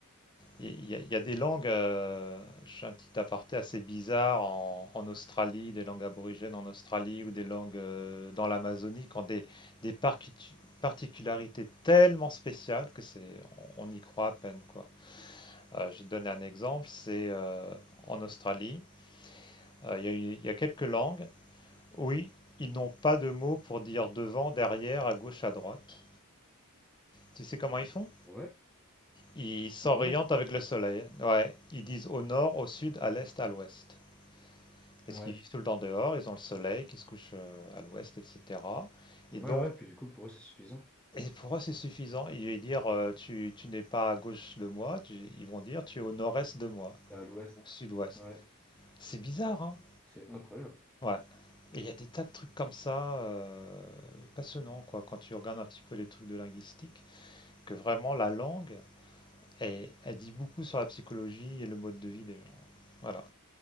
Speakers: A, on the left; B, in the centre.
A: il y, a- il y a des langues, euh, je un petit aparté assez bizarre en, en Australie, des langues aborigènes en Australie ou des langues euh, dans l'Amazonie qui ont des, des parti- particularités tellement spéciales que c'est, on, on y croit à peine, quoi. Euh, je vais te donner un exemple, c'est euh, en Australie, Euh, Il y, a il y a quelques langues. Oui, ils ils n'ont pas de mots pour dire devant, derrière, à gauche, à droite. Tu sais comment ils font?
B: Ouais,
A: Ils s'orientent
B: ils montrent.
A: avec le soleil. Ouais, ils disent au nord, au sud, à l'est, à l'ouest. Parce
B: Ouais.
A: qu'ils vivent tout le temps dehors, ils ont le soleil qui se couche euh, à l'ouest, etc. Et
B: Ouais,
A: donc,
B: ouais, puis du coup, pour eux, c'est suffisant.
A: et pour eux, c'est suffisant. Ils vont dire, euh, tu, tu n'es pas à gauche de moi. Tu- ils vont dire, tu es au nord-est de moi,
B: T'es à l'ouest.
A: au sud-ouest.
B: Ouais,
A: C'est bizarre, hein?
B: c'est incroyable.
A: Ouais. Et il y a des tas de trucs comme ça, heu, passionnants, quoi, quand tu regardes un petit peu les trucs de linguistique, que vraiment la langue, elle elle dit beaucoup sur la psychologie et le mode de vie des gens. Voilà.